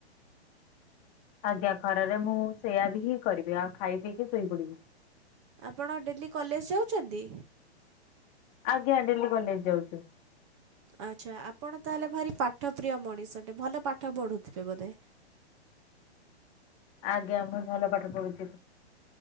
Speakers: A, on the left; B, on the right.
A: ଆଜ୍ଞା, ଖରାରେ ମୁଁ ସେଇୟା ବି ହିଁ କରିବି। ଆଉ ଖାଇ ପିଇକି ଶୋଇପଡିବି।
B: ଆପଣ, ଡେଲି କଲେଜ ଯାଉଛନ୍ତି?
A: ଆଜ୍ଞା, ଡେଲି କଲେଜ ଯାଉଛୁ।
B: ଆଚ୍ଛା, ଆପଣ ତାହେଲେ, ଭାରି ପାଠପ୍ରିୟ ମଣିଷଟେ ଭଲ ପାଠ ପଢ଼ୁଥିବେ ବୋଧେ?
A: ଆଜ୍ଞା, ମୁଁ ଭଲ ପାଠ ପଢୁଛି।